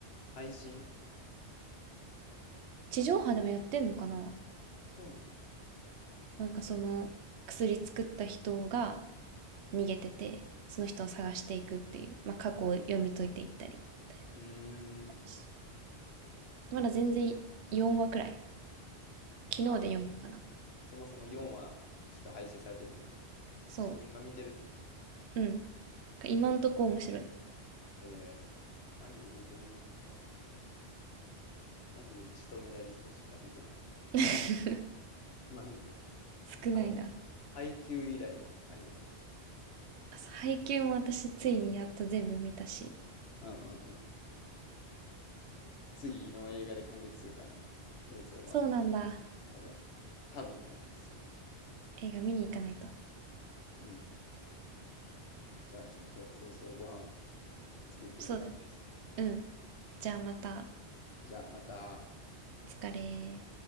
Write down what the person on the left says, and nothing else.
配信
あ、そうなの
うー
ん。
ちょ
あ、そもそも4話しか配信されてへんの。
自分が見てるってこと
えー、アニメ全然見えへんからな。マジで血とメダリストしか見てない。
マジで。
はい。配給以来のアニメ。
うんうんうん。次の映画で完結するからね。映像は。
多分。多分完結する。
うん。じゃあちょっとそろそろご飯作ってきます。
じゃあまた。